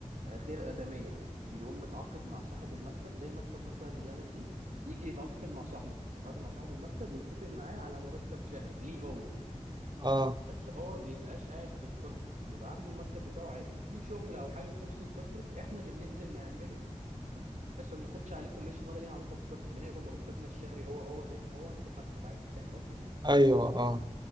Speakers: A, on the right; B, on the right.
A: غير ادميه يعني يقوم متعاقد مع صاحب المكتب زي مكتب مثلا اللي انا فيه يجي يتعاقد مع صاحبه يتعاقد مع صاحب المكتب ويتفق معاه على مرتب شهري ليه هو
B: اه
A: بس هو بيبقاش قاعد في الكوربريت بيبقى عنده المكتب بتاعه عادي في شغل او حاجه تخص الكوربريت احنا اللي بننزل نعمله بس ما بناخدش عليه كوميشن ولا لينا علاقه بالكوربريت بنقبض مرتبنا الشهري هو هو زي ما هو من المكتب عادي فاهم قصدي
B: ايوه اه